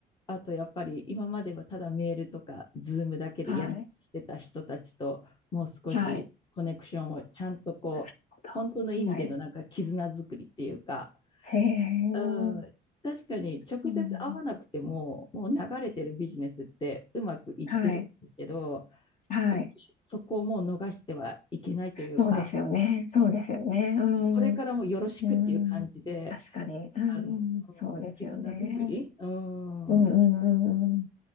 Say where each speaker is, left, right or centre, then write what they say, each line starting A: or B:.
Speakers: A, on the left (about 25°); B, on the left (about 45°).
A: あとやっぱり今まではただメールとかズームだけでやりしてた人たちともう少しコネクションをちゃんとこう本当の意味でのなんか絆作りっていうか
B: はい。はい。なるほど。はい。へえ。
A: うん、確かに直接会わなくても、
B: うん。
A: もう流れてるビジネスってうまくいってるんですけど、
B: はい。はい。
A: やっぱりそこをもう逃してはいけないというか、
B: そうですよね。そうですよね。うん。
A: これからもよろしくっていう感じで、
B: うん。確かに。うん。
A: あの、うん
B: そうですよね。
A: 絆作り、うん、
B: うんうんうんうん。